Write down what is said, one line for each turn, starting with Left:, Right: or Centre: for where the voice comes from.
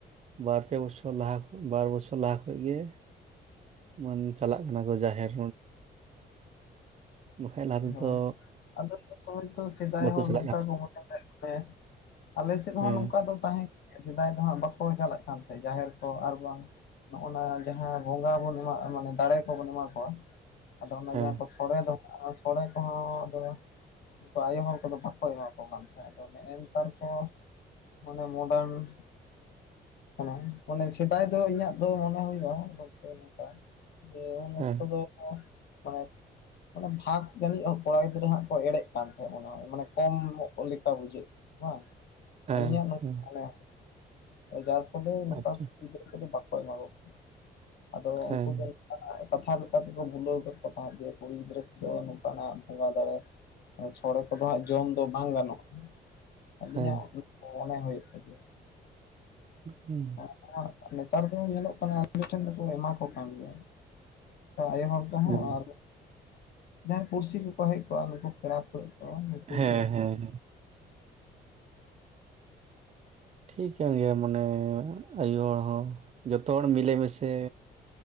Right: ᱵᱟᱨᱯᱮ ᱵᱚᱪᱷᱚ ᱵᱚᱪᱷᱚᱨ ᱞᱟᱦᱟ ᱠᱷ ᱵᱟᱨ ᱵᱚᱪᱷᱚᱨ ᱞᱟᱦᱟ ᱠᱷᱚᱡ ᱜᱮ ᱢᱟᱱ ᱪᱟᱞᱟᱜ ᱠᱟᱱᱟ ᱠᱚ ᱡᱟᱦᱮᱨ ᱵᱟᱠᱷᱟᱡ ᱞᱟᱦᱟ ᱛᱮᱫᱚ
Left: ᱦᱚᱸ ᱟᱫᱚ <unintelligible> ᱥᱮᱫᱟᱭ
Right: ᱵᱟᱠᱚ
Left: ᱦᱚᱸ
Right: ᱪᱟᱞᱟᱜ
Left: ᱱᱚᱝᱠᱟ
Right: ᱠᱟᱱ ᱛᱟᱦᱮᱸᱫ᱾
Left: ᱠᱚ ᱢᱚᱱᱮᱭᱮᱜ ᱛᱟᱦᱮᱜ ᱟᱞᱮ ᱥᱮᱫ
Right: ᱦᱮᱸ
Left: ᱦᱚᱸ ᱱᱚᱝᱠᱟ ᱫᱚ ᱛᱟᱦᱮᱸ ᱠᱟᱱᱟ ᱥᱮᱫᱟᱭ ᱫᱚ ᱦᱟᱸᱜ ᱵᱟᱠᱚ ᱪᱟᱞᱟᱜ ᱠᱟᱱ ᱛᱟᱦᱮᱸᱡ ᱡᱟᱦᱮᱨ ᱠᱚ ᱟᱨ ᱵᱟᱝ ᱱᱚᱜ ᱱᱟ ᱡᱟᱦᱟᱸ ᱵᱚᱸᱜᱟ ᱵᱚᱱ ᱮᱢᱟᱜ ᱢᱟᱱᱮ ᱫᱟᱲᱮ ᱠᱚᱵᱚᱱ ᱮᱢᱟ ᱠᱚᱣᱟ ᱟᱫᱚ ᱚᱱᱟ
Right: ᱦᱮᱸ
Left: ᱡᱟᱦᱟᱸ ᱠᱚ ᱥᱚᱲᱮ ᱫᱚ ᱥᱚᱲᱮ ᱠᱚᱦᱚᱸ ᱟᱫᱚ ᱩᱱᱠᱩ ᱟᱭᱳ ᱦᱚᱲ ᱠᱚᱫᱚ ᱵᱟᱠᱚ ᱮᱢᱟ ᱠᱚ ᱠᱟᱱ ᱛᱟᱦᱮᱸᱫ ᱟᱫᱚ ᱱᱮᱜᱼᱱᱮᱛᱟᱨ ᱠᱚ ᱢᱟᱱᱮ ᱢᱚᱰᱟᱨᱱᱤ ᱠᱟᱱᱟ ᱢᱟᱱᱮ ᱥᱮᱫᱟᱭ ᱫᱚ ᱤᱧᱟᱹᱜ ᱫᱚ ᱢᱚᱱᱮ ᱦᱩᱭᱩᱜᱼᱟ ᱜᱚᱝᱠᱮ ᱱᱚᱝᱠᱟ ᱡᱮ ᱩᱱᱚᱠᱛᱚ
Right: ᱦᱮᱸ
Left: ᱫᱚ ᱢᱟᱱᱮ ᱢᱟᱱᱮ ᱵᱷᱟᱜ ᱡᱟᱹᱱᱤᱡ ᱠᱚᱲᱟ ᱜᱤᱫᱽᱨᱟᱹ ᱦᱟᱸᱜ ᱠᱚ ᱮᱲᱮᱜ ᱠᱟᱱ ᱛᱟᱦᱮᱸᱫ ᱢᱚᱱᱮ ᱦᱳᱭ ᱢᱟᱱᱮ ᱠᱚᱢᱚᱜ ᱞᱮᱠᱟ ᱵᱩᱡᱷᱟᱹᱜ ᱵᱟᱝ
Right: ᱦᱮᱸ
Left: ᱟᱹᱞᱤᱧᱟᱜ ᱱᱚᱝ
Right: ᱦᱮᱸ
Left: ᱚᱱᱮ ᱡᱟᱨ ᱯᱷᱚᱞᱮ ᱱᱚᱠᱟ
Right: ᱟᱪᱪᱷᱟ
Left: ᱠᱚ ᱜᱤᱫᱽᱨᱟᱹ ᱠᱚᱫᱚ ᱵᱟᱠᱚ ᱮᱢᱟ ᱠᱚ ᱠᱟᱱᱟ ᱟᱫᱚ
Right: ᱦᱮᱸ
Left: ᱩᱝᱠᱩ ᱫᱚ ᱠᱟᱛᱷᱟ ᱞᱮᱠᱟ ᱞᱮᱠᱟᱛᱮᱠᱚ ᱵᱩᱞᱟᱹᱣ ᱠᱮᱫ ᱠᱚ ᱛᱟᱦᱮᱸᱡ ᱡᱮ ᱠᱩᱲᱤ ᱜᱤᱫᱽᱨᱟᱹ ᱠᱚᱫᱚ ᱵᱚᱸᱜᱟ ᱫᱟᱲᱮ ᱥᱚᱲᱮ ᱠᱚᱫᱚ ᱦᱟᱸᱜ ᱡᱚᱢ ᱫᱚ ᱵᱟᱝ ᱜᱟᱱᱚᱜᱼᱟ ᱟᱹᱞᱤᱧᱟᱜ
Right: ᱦᱮᱸ
Left: ᱢᱚᱱᱮ ᱦᱳᱭᱳᱜᱼᱟ ᱡᱮ
Right: ᱦᱩᱸ
Left: ᱟᱨᱚ ᱦᱟᱸᱜ ᱱᱮᱛᱟᱨ ᱫᱚ ᱧᱮᱞᱚᱜ ᱠᱟᱱᱟ ᱟᱞᱮ ᱴᱷᱮᱱ ᱫᱚᱠᱚ ᱮᱢᱟ ᱠᱚ ᱠᱟᱱ ᱜᱮᱭᱟ ᱟᱭᱳ ᱦᱚᱲ ᱠᱚᱦᱚᱸ
Right: ᱦᱮᱸ ᱦᱮᱸ
Left: ᱟᱨ ᱡᱟᱦᱟᱸᱭ ᱯᱩᱲᱥᱤ ᱠᱚᱠᱚ ᱦᱮᱡ ᱠᱚᱜᱼᱟ ᱱᱩᱠᱩ ᱯᱮᱲᱟ ᱯᱟᱹᱲᱦᱟᱹᱜ ᱠᱚ ᱱᱩᱠᱩ
Right: ᱦᱮᱸ
Left: ᱠᱚ
Right: ᱦᱮᱸ ᱦᱮᱸ ᱴᱷᱤᱠ ᱠᱟᱱ ᱜᱮᱭᱟ ᱢᱚᱱᱮ ᱟᱭᱩ ᱦᱚᱲ ᱦᱚᱸ ᱡᱚᱛᱚ ᱦᱚᱲ ᱢᱤᱞᱮᱢᱤᱥᱮ